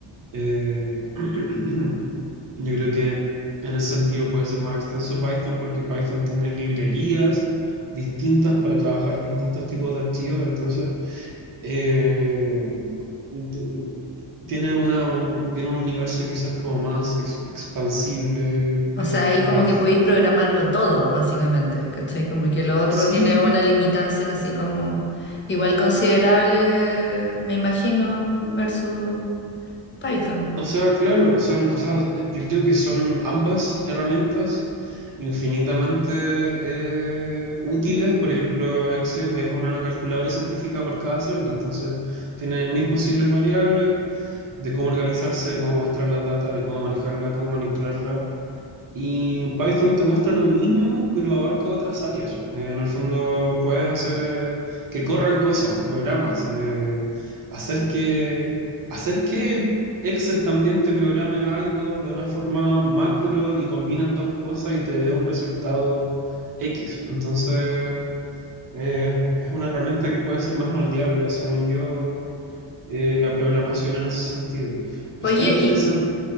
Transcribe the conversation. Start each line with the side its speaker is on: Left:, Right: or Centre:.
Right: Eh, <clears throat> yo creo que en ese sentido puede ser más extenso Python porque Python tiene librerías distintas para trabajar distintos tipos de archivos, entonces... Eh, t- tiene una, un, tiene un universo quizás como más ex- expansible
Left: O
Right: en
Left: sea, ahí como
Right: Python.
Left: que podéis programarlo todo, básicamente, ¿cachai? Como que lo otro
Right: Sí,
Left: tiene una limitancia así como igual considerable, me imagino, versus Python.
Right: o sea, claro, son, o sea, yo, yo creo que son ambas herramientas infinitamente eh, útiles. Por ejemplo, Excel es una calculadora científica por cada celda, entonces tiene mil posibles variables de cómo organizarse, de cómo mostrar la data, de cómo manejarla, cómo manipularla. Y Python te muestra lo mismo, pero abarca otras áreas. Eh, en el fondo puedes hacer eh, que corran cosas, programas, eh, hacer que, hacer que Excel también te programe algo de una forma macro y combinan dos cosas y te dé un resultado X. Entonces, eh, es una herramienta que puede ser más moldeable, según yo, eh, la programación en ese sentido. Pero
Left: Oye,
Right: está interesante.
Left: y